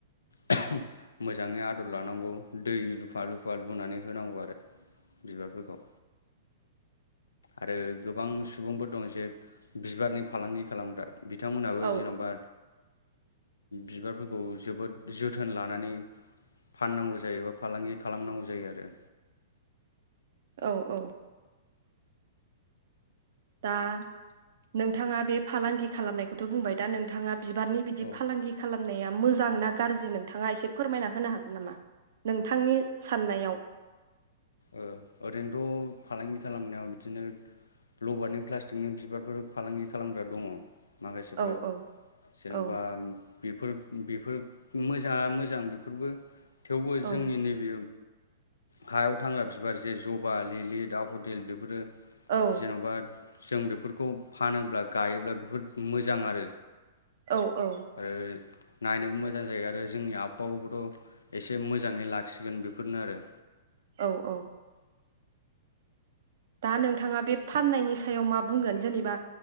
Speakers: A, on the left; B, on the right.
A: <unintelligible> मोजाङै आदर लानांगौ दै लुफा लुफा लुनानै होनांगौ आरो। बिबारफोरखौ आरो गोबां सुबुंफोर दं जे बिबारनि फालांगि खालामग्रा। बिथांमोनहाबो
B: औ
A: जेन'बा बिबारफोरखौ जोबोद जोथोन लानानै फाननांगौ जायोबा फालांगि खालामनांगौ जायो आरो
B: औ औ दा नोंथाङा बे फालांगि खालामनायखौथ' बुंबाय दा नोंथाङा बिबारनि बिदि
A: औ
B: फालांगि खालामनाया मोजां ना गाज्रि नोंथाङा एसे फोरमायना होनो हागोन नामा? नोंथांनि साननायाव
A: ओ ओरैनोथ' फालांगि खालामनायाव बिदिनो लबारनि प्लास्टिकनि बिबारफोर फालांगि खालामग्रा दङ। माखासेफोर
B: औ औ
A: जेन'बा
B: औ
A: बेफोर बेफोर मोजाङा मोजां बेफोरबो थेवबो
B: औ
A: जोंनि नैबे हायाव थांग्रा बिबार जे जबा लिलि दाफदेल बेफोरो
B: औ
A: जेन'बा जों बेफोरखौ फानोब्ला गायोब्ला बेफोर मोजां आरो
B: औ औ
A: आरो नायनोबो मोजां जायो आरो जोंनि आबहावाखौबोथ' एसे मोजाङै लाखिगोन बेफोरनो आरो
B: औ औ दा नोंथाङा बे फाननायनि सायाव मा बुंगोन जेनेबा